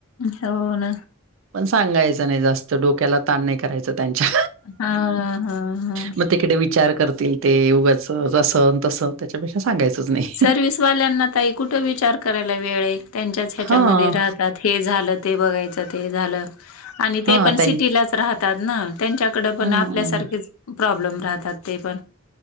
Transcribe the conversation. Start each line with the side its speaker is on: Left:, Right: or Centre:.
Left: हौ, ना.
Right: पण, सांगायचं, नाही जास्त. डोक्याला, ताण नाही करायचं. त्यांच्या.
Left: हां, हां, हां.
Right: मग तिकडे वि चार करतील ते. उगाचच, असं-तसं. त्याच्यापेक्षा, सांगायचंच नाही.
Left: सर्विसवाल्यांना ताई, कुठ विचार करायला, वेळ आहे. त्यांच्याच ह्याच्यामध्ये,
Right: हां,
Left: राहतात. हे झाल. ते बघायच, ते झाल. आणि
Right: हां.
Left: ते पण
Right: त्यां
Left: सिटीलाच राहतात ना. त्यांच्या कड पण,
Right: हं.
Left: आपल्यासारखेच, प्रॉब्लेम राहतात ते पण